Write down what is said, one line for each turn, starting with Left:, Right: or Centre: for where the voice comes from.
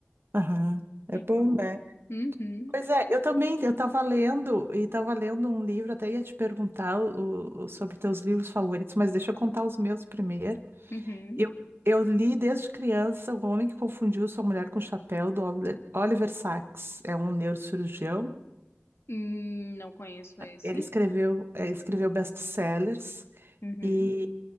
Right: aham. É
Left: E
Right: bom,
Left: tu?
Right: né?
Left: Uhum,
Right: Pois é, eu também, eu tava lendo, e tava lendo um livro, até ia te perguntar o, o- sobre teus livros favoritos, mas deixa eu contar os meus primeiro.
Left: uhum.
Right: Eu, eu li desde criança O Homem que Confundiu Sua Mulher com o Chapéu, do Oliver Oliver Sacks. É um neurocirurgião.
Left: Hum, não conheço esse.
Right: Ele escreveu, é, escreveu best-sellers
Left: Uhum.
Right: e,